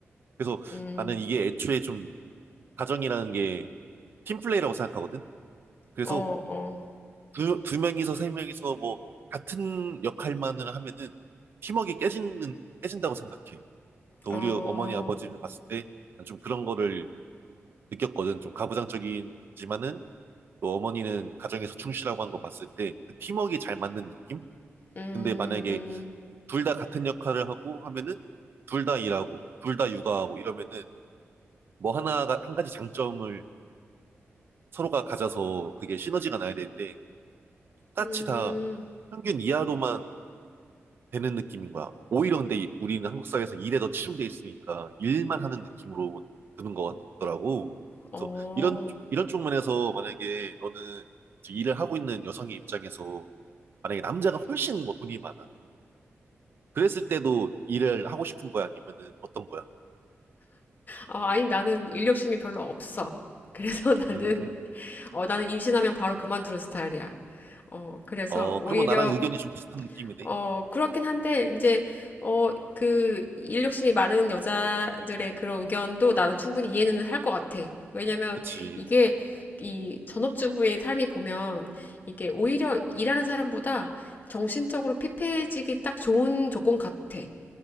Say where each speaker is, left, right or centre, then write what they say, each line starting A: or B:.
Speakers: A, on the right; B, on the left.
A: 그래서
B: 음,
A: 나는 이게 애초에 좀, 가정이라는 게 팀플레이라고 생각하거든? 그래서
B: 어, 어.
A: 두, 두 명이서 세 명이서 뭐 같은 역할만을 하면은 팀워크가 깨지는 깨진다고 생각해. 그
B: 어,
A: 우리 어머니 아버지를 봤을 때 난 좀 그런 거를 느꼈거든. 좀 가부장적이지만은 또 어머니는 가정에서 충실하고 한 거 봤을 때 그 팀워크가 잘 맞는 느낌?
B: 음,
A: 근데 만약에
B: 음,
A: 둘 다 같은 역할을 하고 하면은 둘 다 일하고 둘 다 육아하고 이러면은 뭐 하나가 한 가지 장점을 서로가 가져서 그게 시너지가 나야 되는데 똑같이
B: 음,
A: 다 평균 이하로만 되는 느낌인 거야. 오히려 근데 우리는 한국 사회에서 일에 더 치중돼 있으니까 일만 하는 느낌으로 드는 것 같더라고.
B: 어.
A: 그래서 이런 이런 쪽면에서 만약에 너는 지금 일을 하고 있는 여성의 입장에서 만약에 남자가 훨씬 뭐 돈이 많아. 그랬을 때도 일을 하고 싶은 거야? 아니면은 어떤 거야?
B: 어, 아니, 나는 일 욕심이 별로 없어. 그래서 <laughs> 나는,
A: 음.
B: 어, 나는 임신하면 바로 그만두는 스타일이야. 어, 그래서
A: 어,
B: 오히려
A: 그러면 나랑 의견이 좀 비슷한 느낌이네.
B: 어, 그렇긴 한데, 이제, 어, 그, 일 욕심이 많은 여자들의 그런 의견도 나는 충분히 이해는 할 것 같아. 왜냐면,
A: 그치.
B: 이게, 이 전업주부의 삶이 보면, 이게 오히려 일하는 사람보다 정신적으로 피폐해지기 딱 좋은 조건 같아.